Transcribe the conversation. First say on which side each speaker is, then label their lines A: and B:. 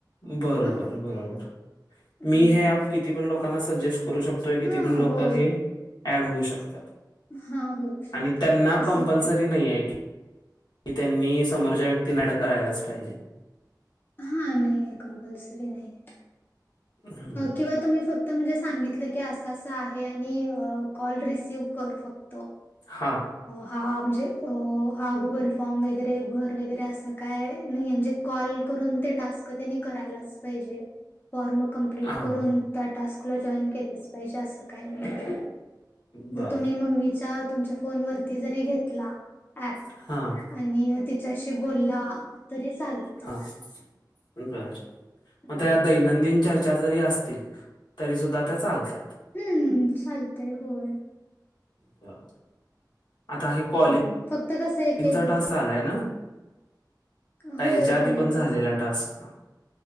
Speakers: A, on the left; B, on the left.
A: बरोबर
B: हां,
A: बरोबर
B: हम्म.
A: मी हे ऍप किती पण लोकांना सजेस्ट करू शकतो? तोय किती
B: हा
A: पण लोक
B: होय
A: हे ऍड होऊ शकतात.
B: हा होऊ शकतात
A: आणि त्यांना
B: असं
A: कंपल्सरी
B: काय
A: नाहीये. की त्यांनी समोरच्या व्यक्तींना ऍड करायलाच पाहिजे.
B: हा नाही कंपलसरी नाहीयेत.
A: हम्म.
B: किंवा तुम्ही फक्त क्त म्हणजे सांगितलं की असं असं आहे आणि कॉल रिसीव कर फक्त.
A: हा!
B: हा म्हणजे हा गुगल फॉर्म वगैरे भर वगैरे असं काय नई म्हणजे कॉल करून ते टास्क त्यांनी करायलाच पाहिजे फॉर्म कंप प्लिट
A: हा
B: करून त्या टास्कला जॉईन केलंच पाहिजे अस काही नाही.
A: बर
B: जर तुम्ही मम्मीचा तुमच्या फोन वरती जरी घेतला. ऍप,
A: हां
B: आणि तिच्याशी बोलला. तरी चालतंय.
A: हा बर!
B: हम्म.
A: मग त्या दैनंदिन चर्चा जरी असतील तरी सुद्धा त्या चालतात.
B: हम्म चालतय होय.
A: बर! आता हे
B: हम्म.
A: कॉलिंगचा
B: फक्त कसं एक एक
A: टास्क आलाय ना? का
B: होय
A: ह्याच्या आधी
B: पहिल्यांदाच
A: पण झालेला
B: आलाय.
A: टास्क?